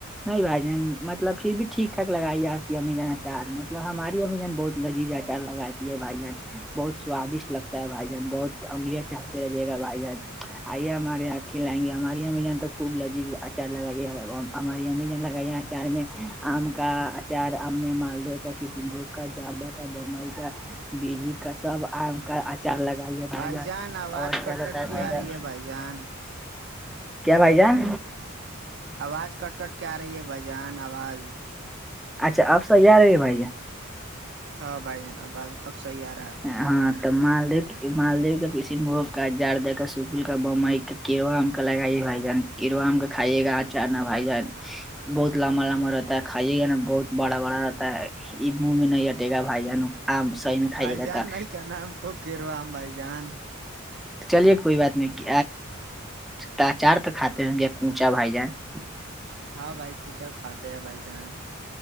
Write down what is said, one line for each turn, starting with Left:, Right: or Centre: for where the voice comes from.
Centre: نہیں بھائی جان مطلب پھر بھی ٹھیک ھاک لگائی ہے آپ کی ابھی جان اچار مطلب ہماری ابھی جان بہت لی جا چا لگاتی ہے بھائی جان بہت سوادشٹ لگتا ہے بھائی جان بہت انگلییا چا پہ ل جے گا بھائی جان آئیے ہمارے یہ آکھھی لائیں گے ہمارے یہاں بھی جانے تو خوب لج اچار لگائی ہماری امی ج لگائی اچار میں آم کا چار آم مالدو کا کشن بھوگ کا جاردہ کا بمبئی کا بیجو کا سب کا چار لگائیے
Right: بھائی جان آواز
Centre: اور
Right: کٹ
Centre: کیا بتائے
Right: کٹ کی
Centre: بھائی
Right: آ
Centre: جان
Right: رہی ہے بھائی جان
Centre: کیا بھائی جان
Right: آواز کٹ کٹ کے آ رہی ہے بھجان آواز
Centre: اچھا اب صحیح یہیا رہیے بھائی جان
Right: ہاں بائی ج ن آباز اب سیا <unintelligible>
Centre: <unintelligible> <inaudible> ہاں تم لے مالدیو کا کسی مگ کا جار دے کر سکول کا بئی کا کیام کا لگائیائی جان کیوم کا کھائیے گا اچھان نا بھائی جان بہت لمبا لمبا رہتا ہے کھائیے گ نا بہت بڑا بڑا رہتا ہے یہ من بھی نہیں ہٹے گا بھائی جان آم صحیح میں کھائیے
Right: بائی
Centre: گا
Right: جان
Centre: تھا
Right: نہیں کیا نم خوب گو آم بھائی جان
Centre: چلیے کوئی بات نہیں تچار تو کاتے ہوں گے کوچا بھائی جان <inaudible> <unintelligible>
Right: ہاں بھائی کچھا کاتے ہیں بائی جان